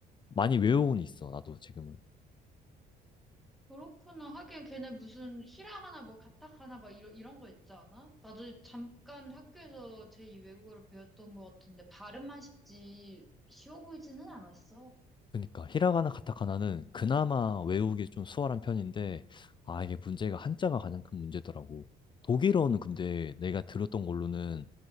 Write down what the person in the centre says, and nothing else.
그렇구나. 하긴 걔네 무슨 히라 하나 뭐 가탁 하나 막 이런 이런 거 있지 않아? 나도 잠깐 학교에서 제2 외국어를 배웠던 것 같은데 발음만 쉽지 쉬워 보이지는 않았어.